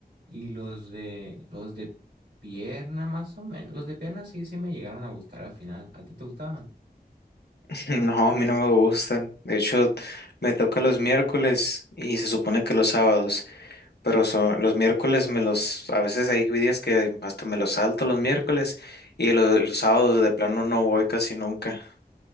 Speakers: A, on the right (about 75°); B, on the left (about 80°).
A: y los de, los de pierna, más o menos. Los de pierna sí, sí me llegaron a gustar al final. ¿A ti te gustaban?
B: <laughs> No, a mí no me gustan. De hecho, me toca los miércoles y se supone que los sábados, pero son los miércoles me los, a veces hay días que hasta me los salto los miércoles y lo- los sábados de plano no voy casi nunca.